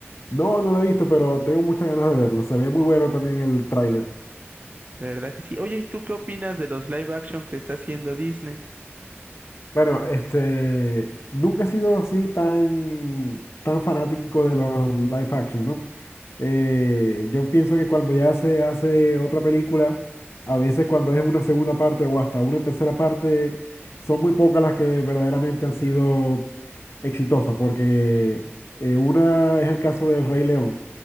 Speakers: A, on the left; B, on the right.
A: No, no lo he visto, pero tengo muchas ganas de verlo. Se ve muy bueno también el tráiler.
B: ¿verdad que sí? Oye, ¿y tú qué opinas de los live action que está haciendo Disney?
A: Bueno, este, nunca he sido así tan, tan fanático de los live action, ¿no? Eh, yo pienso que cuando ya se hace otra película, a veces cuando es una segunda parte o hasta una tercera parte, son muy pocas las que verdaderamente han sido exitosas, porque eh, una es el caso del Rey León.